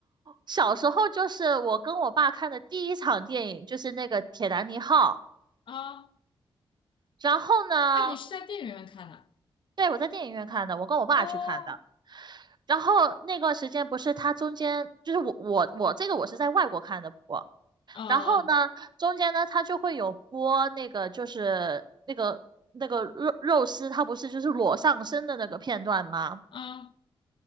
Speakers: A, on the right; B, on the left.
A: 小时候就是我跟我爸看的第一场电影，就是那个《铁达尼号》。
B: 啊
A: 然后呢，
B: 啊，你是在电影院看的？
A: 对，我在电影院看的，我跟我爸去看的。
B: 哦，
A: 然后那段时间不是它中间就是我我我这个我是在外国看的，不过
B: 啊
A: 然后呢，中间呢它就会有播那个就是那个那个肉肉丝，它不是就是裸上身的那个片段吗？
B: 啊，